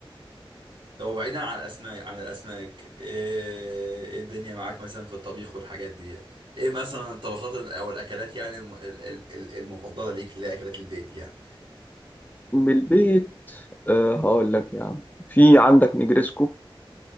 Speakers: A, on the right (about 60°); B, on the left (about 20°).
A: طب بعيدا عن الاسماك عن الاسماك ايه إيه الدنيا معاك مثلا في الطبيخ والحاجات دي ايه مثلا الطبخات ال- او الاكلات يعني الم... ال- ال- ال- المفضلة ليك اللي هي اكلات البيت يعني
B: من البيت أه هقول لك يا عم في عندك نجريسكو